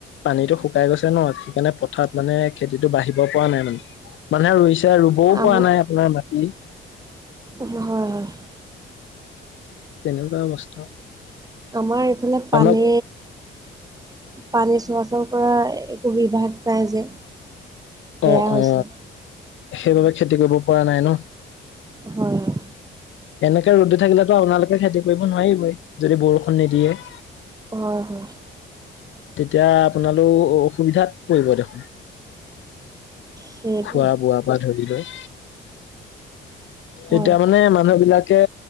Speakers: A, on the left; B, on the right.
A: পানীতটো শুকাই গৈছে ন, সেইকাৰণে পথাৰত মানে খেতিটো বাঢ়িব পৰা নাই মানে মানুহে ইছে। এতিয়া ৰুবও
B: আম
A: পৰা নাই আপোনাৰ মাটি।
B: হয়, হয়।
A: তেনেকুৱা অৱস্থা।
B: আমাৰ এইফালে
A: আমাক
B: পানী পানী চোৱা চল কৰা। সুবিধা ভাস নাই যে। বেয়া
A: অ
B: হৈছে।
A: অ সেইবাবে খেতি কৰিব পৰা নাই ন।
B: হয় হয়।
A: এনেকে ৰদ থাকিলেতো আপোনালোকে খেতি কৰিব নোৱাৰিবই যদি বৰষুণ নিদিয়ে।
B: হয় হয়।
A: তেতিয়া আপোনালোক অসুবিধাত পৰিব দেখোন।
B: সেইটোৱে।
A: খোৱা বোৱা পৰা ধৰি লৈ।
B: হয়,
A: এতিয়া মানে মানুহ বিলাকে।